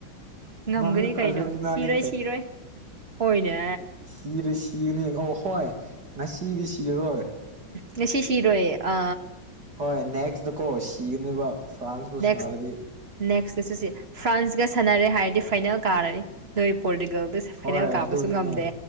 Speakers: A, on the right (about 35°); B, on the right (about 55°).
A: ꯉꯝꯒꯅꯤ
B: ꯅꯪ
A: ꯀꯩꯅꯣ
B: ꯑꯥꯔꯖꯦꯟꯇꯤꯅꯥꯒꯤ
A: ꯁꯤꯔꯣꯏ ꯁꯤꯔꯣꯏ ꯍꯣꯏꯅꯦ
B: ꯁꯤꯔꯦ ꯁꯤꯔꯅꯤ ꯑ ꯍꯣꯏ ꯉꯁꯤꯗꯤ ꯁꯤꯔꯔꯣꯏ
A: ꯉꯁꯤ ꯁꯤꯔꯣꯏ ꯑ
B: ꯍꯣꯏ ꯅꯦꯛꯁꯇꯀꯣ ꯁꯤꯒꯅꯦꯕ ꯐ꯭ꯔꯥꯟꯁꯄꯨꯁ
A: ꯅꯦꯛꯁ
B: ꯅꯥꯔꯗꯤ
A: ꯅꯦꯛꯁꯇꯁꯨ ꯁꯤ ꯐ꯭ꯔꯥꯟꯁꯀ ꯁꯥꯟꯅꯔꯦ ꯍꯥꯏꯔꯗꯤ ꯐꯥꯏꯅꯦꯜ ꯀꯥꯔꯅꯤ ꯅꯣꯏ ꯄꯣꯔꯇꯨꯒꯜꯗ ꯐꯥꯏꯅꯦꯜ
B: ꯍꯣꯏ
A: ꯀꯥꯕꯁꯨ
B: ꯑꯗꯨꯅꯤꯅꯦ
A: ꯉꯝꯗꯦ